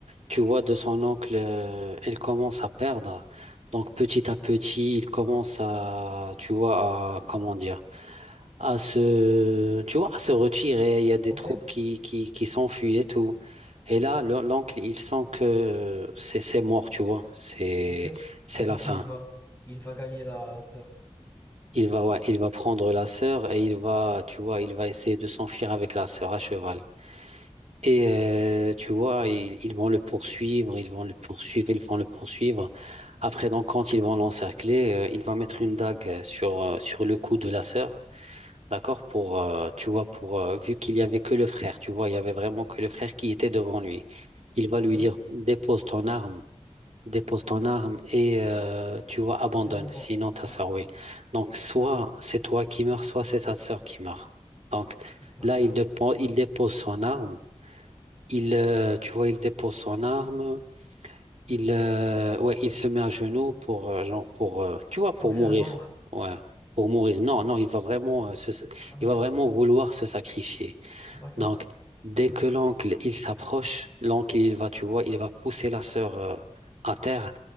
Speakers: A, on the right (about 70°); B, on the left (about 20°).
A: tu vois, de son oncle, euh, elles commencent à perdre. Donc petit à petit, il commence à, tu vois, à, comment dire, à se, tu vois, à se retirer. Il y a des
B: Ok,
A: troupes qui, qui, qui s'enfuient et tout. Et là, le- l'oncle, il sent que euh, c'est c'est mort, tu vois. C'est,
B: ok.
A: c'est
B: Et du
A: la fin.
B: coup, il va, il va gagner la, la sœur.
A: Il va, ouais, il va prendre la sœur et il va, tu vois, il va essayer de s'enfuir avec la sœur à cheval. Et
B: Ok,
A: euh, tu vois, ils, ils vont le poursuivre, ils vont le poursuivre, ils vont le poursuivre. Après, donc, quand ils vont l'encercler, euh, il va mettre une dague sur, euh, sur le cou de la sœur, d'accord? Pour, euh, tu vois, pour, euh, vu qu'il y avait que le frère, tu vois, il y avait vraiment que le frère qui était devant lui. Il
B: d'accord.
A: va lui dire, dépose ton arme dépose ton arme et euh, tu vois, abandonne,
B: Et rends-toi.
A: sinon ta
B: Ouais.
A: sœur, oui. Donc, soit c'est toi qui meurs, soit c'est ta sœur qui meurt. Donc,
B: Exactement.
A: là, il, dépo- il dépose son arme, il, euh, tu vois, il dépose son arme, il, euh, ouais, il se met à genoux pour, euh, genre, pour, euh, tu vois, pour
B: pour faire
A: mourir,
B: genre.
A: ouais, pour mourir. Non, non, il va vraiment, euh, se-
B: Ah, d'accord.
A: il va vraiment vouloir se sacrifier.
B: D'accord.
A: Donc, dès que l'oncle, il s'approche, l'oncle, il va, tu vois, il va pousser la sœur, euh, à terre